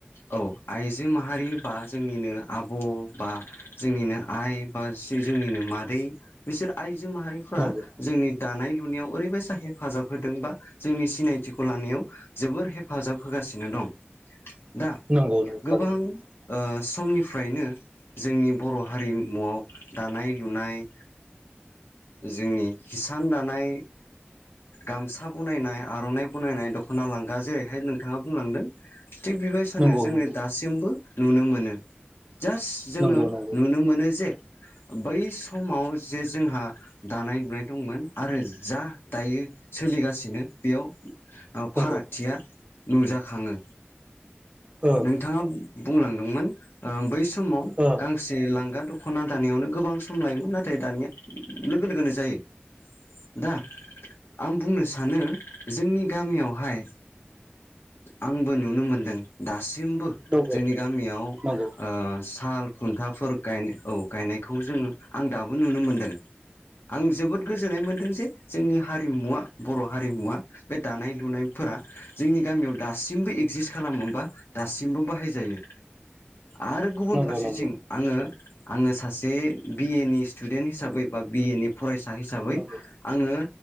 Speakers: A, on the left (about 75°); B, on the right (about 25°).
A: औ आइजो माहारि बा जोंनिनो आब' बा जोंनिनो आइ बा। जोंनिनो मादै बिसोर आइजो माहारिफ्रा
B: नंगौ
A: जोंनि। दानाय लुनायाव ओरैबायसा हेफाजाब होदों बा जोंनि सिनायथिखौ लानायाव जोबोर हेफाजाब होगासिनो। <inaudible>
B: <unintelligible>
A: गोबां समनिफ्रायनो। जोंनि बर' हारिमुआव दानाय लुनाय। जोंनि किसान दानाय गामसा। बानायनाय आर'नाइ बानायनाय दख'ना लांगा जेरैहाय नोंथाङा बुंलांदों थिग बेबायदिनो
B: नंगौ
A: जोङो
B: नंगौ
A: दासिमबो नुनो मोनो जास्ट जोङो
B: नंगौ नंगौ
A: नुनो मोनो जे बै समाव जे जोंहा दानाय लुनाय दंमोन आरो जा दायो सोलिगासिनो बेयाव फारागथिया
B: नंगौ
A: नुजाखाङो
B: ओ
A: नोंथाङा बुंलांदोंमोन बै समाव
B: ओ
A: गांसे लांगा द दख'ना दानायावनो गोबां सम लायोमोन नाथाय दानिया लोगो लोगोनो जायो दा आं बुंनो सानो जोंनि गामियावहाय आंबो नुनो मोनदों दासिम दासिमबो
B: नंगौ
A: जोंनि गामियाव
B: नंगौ
A: साल खुन्थाफोर गायनायखौ जोङो आं दाबो नुनो मोनदों आं जोबोद गोजोननाय मोनदों जे जोंनि हारिमुवा बर' हारिमुवा बे दानाय लुनायफोरा जोंनि गामियाव दासिमबो एगजिस्ट खालामो होनबा दासिमबो बाहायजायो आरो गुबुन
B: नंगौ
A: फारसेथिं
B: नंगौ
A: आङो आङो सासे बिए नि स्टुडेन्ट हिसाबै बा बिए नि फरायसा फरायसा हिसाबै
B: नंगौ
A: आङो